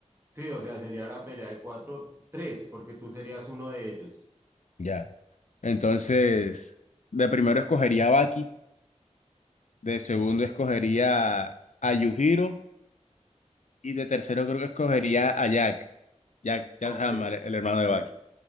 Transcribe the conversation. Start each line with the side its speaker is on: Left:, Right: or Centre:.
Right: Sí, o sea, sería la pelea de cuatro, tres, porque tú serías uno de ellos.
Left: Ya. Entonces, de primero escogería a Baki, de segundo escogería a Yujiro. Y de tercero creo que escogería a Jack, Jack, Jack
Right: Ok,
Left: Hammer, el hermano
Right: sí,
Left: de Bucky,